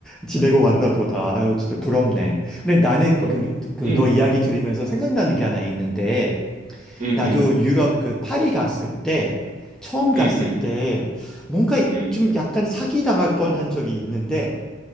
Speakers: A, in the centre; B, on the right.
A: 지내고 왔나 보다. 아유, 진짜 부럽네. 근데 나는
B: 거의.
A: 그, 그,
B: 음.
A: 너 이야기 들으면서 생각나는 게 하나 있는데,
B: 응응
A: 나도 유럽 그 파리 갔을 때, 처음 갔을
B: 응응
A: 때, 뭔가
B: 응응
A: 좀 약간 사기당할 뻔한 적이 있는데,